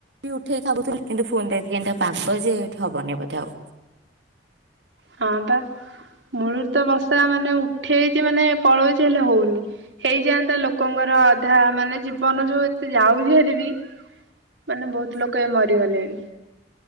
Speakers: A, on the right; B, on the right.
A: ଉଠେଇ ଭାବୁଥିଲି, କିନ୍ତୁ ଫୋନ ଦେଖେ କେମ୍ତିଆ ପାଗ ଯେ ଏଠି ହବନି ବୋଧେ ଆଉ।
B: ହଁ ବା ମୂଳରୁ ତ ବର୍ଷା ମାନେ ଉଠେଇଚି ମାନେ ପଳଉଚି ହେଲେ ହଉନି। ହେଇଯାଆନ୍ତା ଲୋକଙ୍କର ଅଧା ମାନେ ଜୀ ଜୀବନ ଯୋଉ ଏତେ ଯାଉଛି ହାରିବିି ମାନେ ବହୁତ୍ ଲୋକ ଏ ମରିଗଲେଣି।